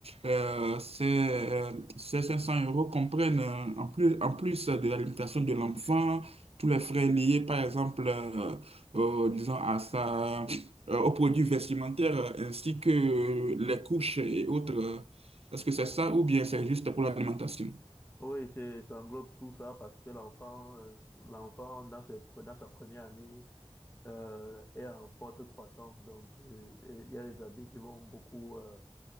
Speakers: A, on the right; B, on the left.
A: euh, c'est, euh, ces 500 euros comprennent euh, en plus, en plus de l'alimentation de l'enfant, tous les frais liés, par exemple, euh, euh, disons, à sa, euh, aux produits vestimentaires, euh, ainsi que les couches et autres. Est-ce que c'est ça ou bien c'est juste pour l'alimentation?
B: Oui, c'est, ça englobe tout ça parce que l'enfant, euh, l'enfant, dans ses pre- dans sa première année, euh, est en forte croissance. Donc, euh, et il y a les habits qui vont beaucoup, euh,